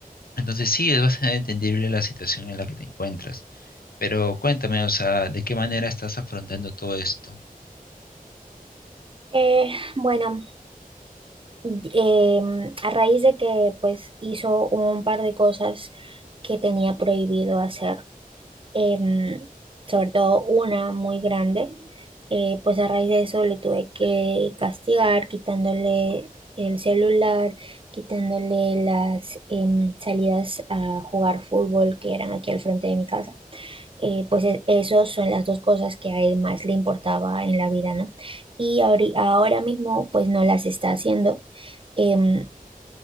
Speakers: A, on the left (about 80°); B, on the right (about 35°).
A: Entonces sí, es bastante entendible la situación en la que te encuentras. Pero cuéntame, o sea, ¿de qué manera estás afrontando todo esto?
B: Eh, bueno, em, a raíz de que pues hizo un par de cosas que tenía prohibido hacer em, sobre todo una muy grande, eh, pues a raíz de eso le tuve que castigar quitándole el celular, quitándole las em, salidas a jugar fútbol que eran aquí al frente de mi casa. Eh, pues e- esos son las dos cosas que a él más le importaba en la vida, ¿no? Y ahori- ahora mismo pues no las está haciendo. Em,